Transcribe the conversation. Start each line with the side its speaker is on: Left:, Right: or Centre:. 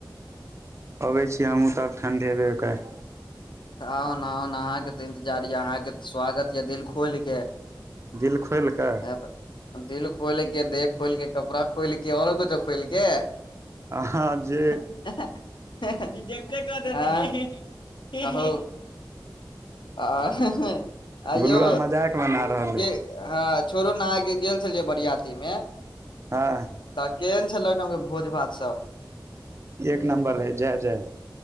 Right: अबै छी हमहहुँ तब ठण्ढेबे ओकरा
Left: आउन आउन अहाँके तऽ इन्तजार यऽ अहाँ के त स्वागत यऽ दिल खोलि के
Right: दिल खोलि कऽ
Left: ह दिल खोलके देह खोलके कपड़ा खोलके आओरो कछो खोलके
Right: अहाँ
Left: <unintelligible>
Right: जे
Left: कहु आ यौ
Right: बुलुआ मजाक बना रहल
Left: जे
Right: अइ
Left: हँ छोड़ू नह गेल छलियै बरियाती मे
Right: हँ
Left: तऽ केहन छलै ओहिठामके भोज भात सब
Right: एक नम्बर रहै जय जय